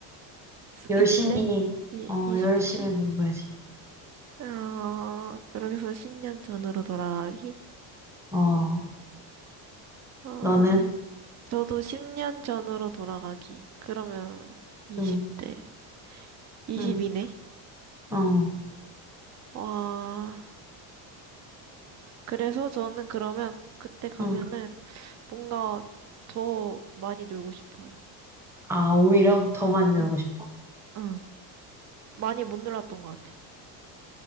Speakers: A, in the centre; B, on the right.
A: 열심히,
B: 20대? 이,
A: 어,
B: 20대
A: 열심히
B: 초?
A: 공부해야지.
B: 아, 그러게서 10년 전으로 돌아가기?
A: 어,
B: 아,
A: 너는?
B: 저도 10년 전으로 돌아가기. 그러면 20대.
A: 응,
B: 20이네.
A: 응, 어,
B: 와, 그래서 저는 그러면 그때 가면은
A: 응.
B: 뭔가 더 많이 놀고 싶어요.
A: 아, 오히려 더 많이 놀고
B: 응,
A: 싶어.
B: 응. 많이 못 놀았던 것 같아요.